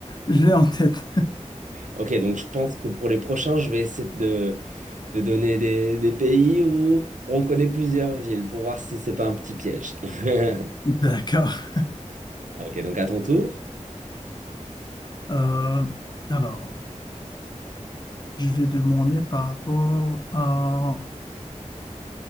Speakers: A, on the left (about 35°); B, on the right (about 80°).
A: je l'ai en tête.
B: Ok, donc je pense que pour les prochains, je vais essayer de, de donner des, des pays où on connaît plusieurs villes pour voir si c'est pas un petit piège. <laughs>
A: <laughs> D'accord.
B: Ok, donc à ton tour.
A: Euh, alors, je vais demander par rapport à...